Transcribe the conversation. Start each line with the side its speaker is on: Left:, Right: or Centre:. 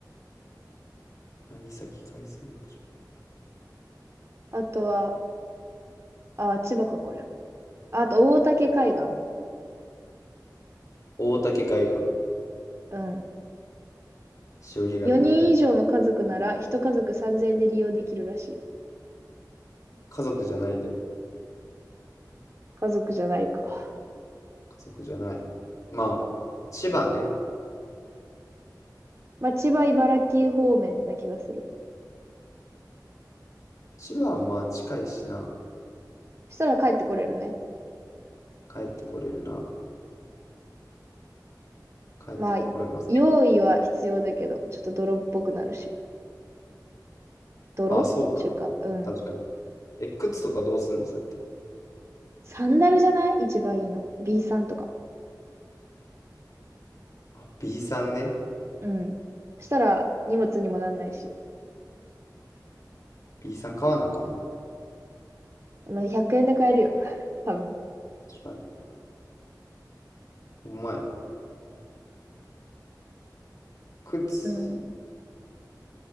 Left: う。波崎海水浴場。
Right: あとは、あ、千葉か、これも。あと、大竹海岸。
Left: 大竹海岸。
Right: うん。
Left: 潮干狩りね。
Right: 4人以上の家族なら、1家族3000円で利用できるらしい。
Left: 家族じゃないで。
Right: 家族じゃないか。
Left: 家族じゃない。まあ、千葉ね。
Right: まあ、千葉、茨城方面な気がする。
Left: 千葉はまあ近いしな。
Right: そしたら帰ってこれるね。
Left: 帰ってこれるな。帰ってこれます。
Right: まあ、用意は必要だけど、ちょっと泥っぽくなるし。泥ちゅうか、
Left: ああ、そうか。
Right: うん。
Left: 確かに。え、靴とかどうすんのそれって。
Right: サンダルじゃない一番いいの。B さんとか。
Left: あ、B さんね。
Right: うん。そしたら、荷物にもなんないし。
Left: B さん買わなあかんな。
Right: まあ、100円で買えるよ。<laughs> 多分。
Left: 確かに。ほんまやな。靴。
Right: うん。